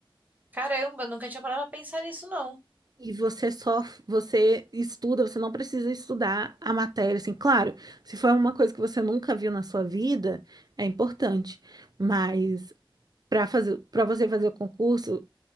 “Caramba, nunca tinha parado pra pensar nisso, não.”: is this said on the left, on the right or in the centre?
Right